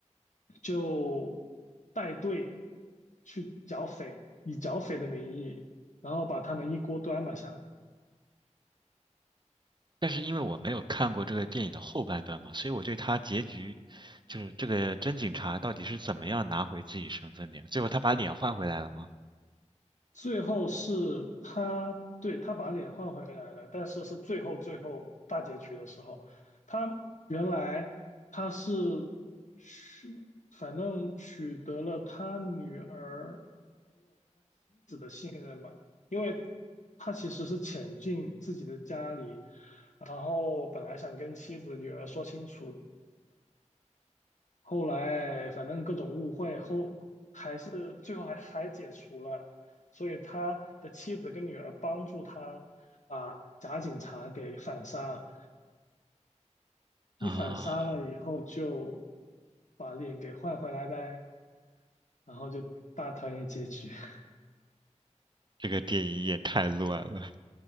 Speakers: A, on the left (about 75°); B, on the right (about 40°).
A: 就带队去剿匪，以剿匪的名义，然后把他们一锅端嘛下。
B: 但是因为我没有看过这个电影的后半段嘛，所以我对他结局，就是这个真警察到底是怎么样拿回自己身份的呀？最后他把脸换回来了吗？
A: 最后是他，对，他把脸换回来了，但是是最后最后大结局的时候，他原来他是取，反正取得了他女儿信任嘛，因为他其实是潜进自己的家里，然后本来想跟妻子女儿说清楚。的。后来反正各种误会后，还是最后还还解除了，所以他的妻子跟女儿帮助他把假警察给反杀了，一反杀了以后就
B: 啊，
A: 把脸给换回来呗，然后就大团圆结局。<laughs>
B: 这个电影也太乱了。<laughs>